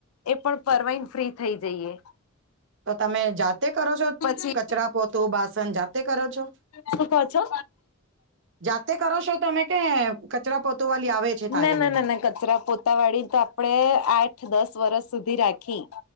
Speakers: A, on the left; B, on the right.
A: એ પણ પરવાઈ ન ફ્રી થઈ જઈએ.
B: તો તમે જાતે કરો છો?
A: પછી
B: કચરા પોતું બાસણ જાતે કરો છો?
A: શું કહો છો
B: જાતે કરો છો તમે કે, કચરા પોતું વાલી આવે છે તારે
A: ના ના
B: ઘરે?
A: ના ના કચરા પોતા વાળી તો આપડે આઠ દસ વરષ સુધી રાખી